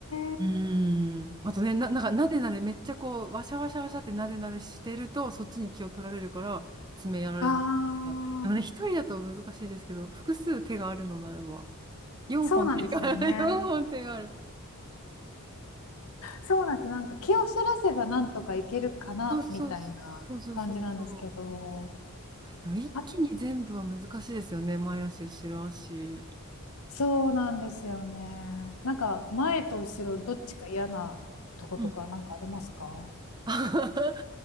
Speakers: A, on the left (about 75°); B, on the right (about 20°).
A: ええー、
B: うーん。あとね、な、なんかなでなでめっちゃこう、わしゃわしゃわしゃってなでなでしてると、そっちに気を取られるから、爪やられてるから。
A: あ
B: でもね、
A: あー。
B: 一人だと難しいですけど、複数手があるのならば、4本手がある、
A: そうなんですよね。
B: <laughs> 4本手がある。
A: そうなんです。なんか気をそらせばなんとかいけるかなみたいな感じなんですけど、
B: そうそうそうそうそうそう。でも一気に全部は難しいですよね。
A: あ、
B: 前足、後ろ足。
A: そうなんですよね。なんか前と後ろどっちか嫌なとことかなんかありますか？
B: うん。<laughs>